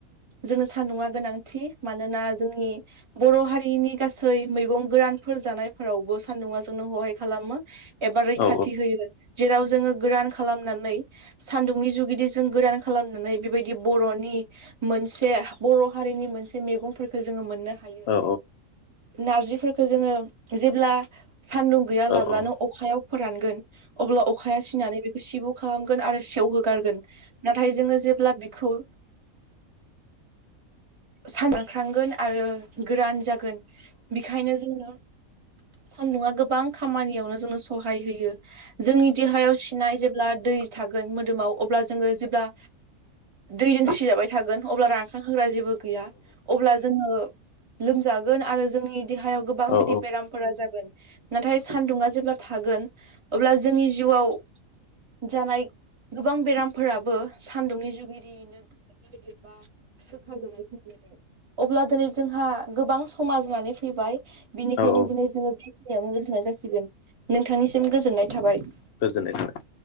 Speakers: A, on the right; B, on the left.
A: जोंनो सान्दुंङा गोनांथि मानोना जोंनि बर' हारिनि गासै मैगं गोरानफोर जानायफोरावबो सान्दुंङा जोंनो हहाय खालामो। एबार रैखाथि
B: औ
A: होयो। जेराव जोङो गोरान खालामनानै सान्दुंनि जुगिदि जों गोरान खालामनानै बेबायदि बरनि मोनसे बर' हारिनि मोनसे मै जोङो मोननो हायो
B: औ
A: नारजिफोरखौ जोङो जेब्ला सान्दुं गैया
B: औ
A: लाब्लानो अखायाव फोरानगोन अब्ला अखाया सिनानै बेखौ सिब खालामगोन आरो सेवहोगारगोन नाथाय जोङो जेब्ला बिखौ सानख्रांगोन आरो गोरान जागोन बेखायनो जोङनो सान्दुंङा गोबां खामानियावनो जोंनो सहाय होयो जोंनि देहायाव सिनाय जेब्ला दै थागोन मोदोमाव अब्ला जोङो जेब्ला दै दोंजाबाय थागोन अब्ला रानखां होग्रा जेबो गैया अब्ला जोङो लोमजागोन आरो जोंनि देहायाव गोबां बिदि
B: औ
A: बेराम फोरा जागोन नाथाय सानदुङा जेब्ला थागोन अब्ला जोंनि जिउआव जानाय गोबां बेरामफोराबो सान्दुंनि जुगगिरियैनो गारो एबा सोखाजानाय अब्ला दिनै जोंहा गोबां समाज होननानै फैबाय बिनिखायनो
B: औ
A: दिनै जोङो बेखिनियावनो दोन्थ'नाय जासिगोन नोंथांनिसिम गोजोननाय थाबाय
B: गोजोननाय थाबाय